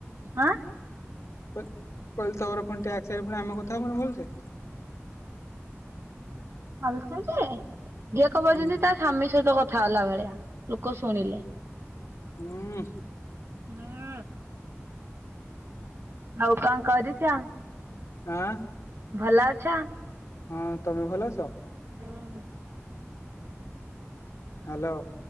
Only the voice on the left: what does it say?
କହିଲି କହିଲି ତୋର ପୁଣି ଟ୍ୟାକ୍ସ ଆସିଲେ ପୁଣି ଆମେ କଥା ହବାନି ଭଲସେ।
ହୁଁ
ହୁଁ।
ଆଁ
ହଁ ତମେ ଭଲ ଅଛ।
ହ୍ୟାଲୋ।